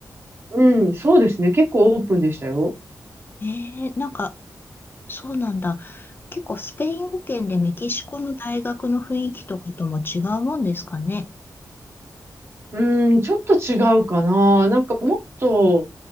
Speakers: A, on the right; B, on the left.
A: うん、そうですね。結構オープンでしたよ。
B: えー、なんか、そうなんだ。結構スペイン語圏でメキシコの大学の雰囲気とかとも違うもんですかね。
A: うーん、ちょっと違うかな。なんかもっと、